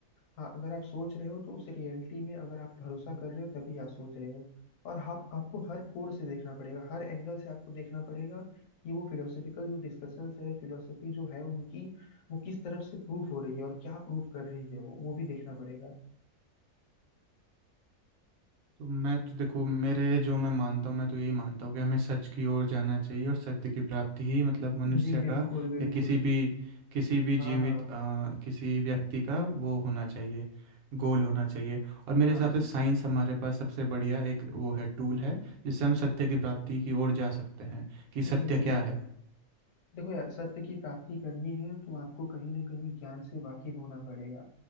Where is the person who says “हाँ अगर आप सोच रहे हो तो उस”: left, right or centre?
Left